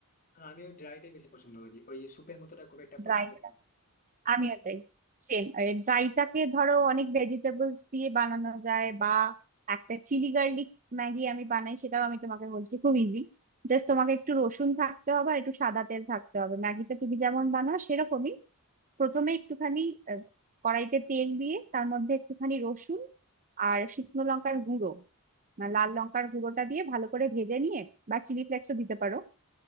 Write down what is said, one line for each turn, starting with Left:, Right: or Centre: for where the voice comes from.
Left: না, আমি ওই ড্রাইটাই বেশি পছন্দ করি ওই স্যুপের মতোটা খুব একটা
Right: ড্রাই
Left: পছন্দ করি না।
Right: আমিও তাই সেম ড্রাইটাকে ধরো অনেক ভেজিটেবলস দিয়ে বানানো যায় বা একটা চিলি গার্লিক ম্যাগি আমি বানাই সেটাও আমি তোমাকে বলছি খুব ইজি জাস্ট তোমাকে একটু রসুন থাকতে হবে আর একটু সাদা তেল থাকতে হবে ম্যাগিটা তুমি যেমন বানাও সেরকমই প্রথমে একটুখানি আহ, কড়াইতে তেল দিয়ে তার মধ্যে একটুখানি রসুন আর শুকনো লঙ্কার গুঁড়ো না লাল লঙ্কার গুঁড়োটা দিয়ে ভালো করে ভেজে নিয়ে বা চিলি ফ্লেক্সও দিতে পারো